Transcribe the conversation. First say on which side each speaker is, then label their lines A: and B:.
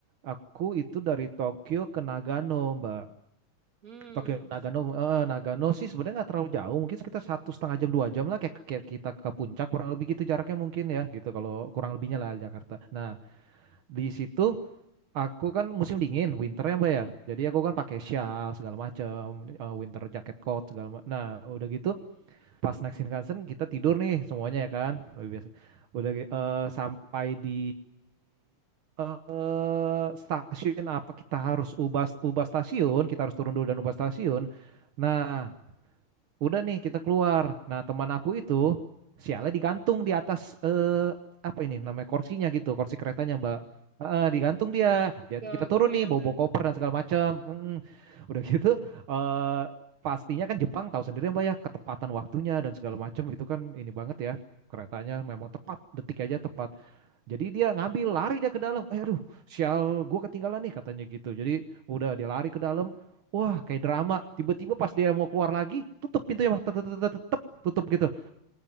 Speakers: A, on the right; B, on the right.
A: aku itu dari Tokyo ke Nagano Mbak.
B: Hmm,
A: Tokyo Nagano, eh, Nagano sih sebenarnya nggak terlalu jauh. Mungkin sekitar satu setengah jam dua jam lah kayak, kayak kita ke puncak kurang lebih gitu jaraknya mungkin ya gitu kalau kurang lebihnya lah Jakarta. Nah di situ. Aku kan musim dingin, winter ya Mbak ya. Jadi aku kan pakai shawl segala macam, eh, winter jacket coat segala macam. Nah, udah gitu pas naik Shinkansen kita tidur nih semuanya ya kan. Lebih biasa. Udah gi- eh, sampai di eh stasiun apa kita harus ubah ubah stasiun, kita harus turun dulu dan ubah stasiun. Nah, Udah nih kita keluar. Nah teman aku itu sialnya digantung di atas eh, apa ini namanya kursinya gitu, kursi keretanya Mbak. Heeh, digantung dia. Dia
B: gokil
A: kita turun nih bawa,
B: tuh.
A: bawa koper dan segala macam. Mm-mm. Udah gitu eh pastinya kan Jepang tahu sendiri Mbak ya ketepatan waktunya dan segala macam itu kan ini banget ya. Keretanya memang tepat, detik aja tepat. Jadi dia ngambil lari dia ke dalam. Eh, aduh, sial, gua ketinggalan nih katanya gitu. Jadi udah dia lari ke dalam. Wah, kayak drama. Tiba-tiba pas dia mau keluar lagi, tutup pintunya, Bang. tetep, tetep, tet, tutup gitu.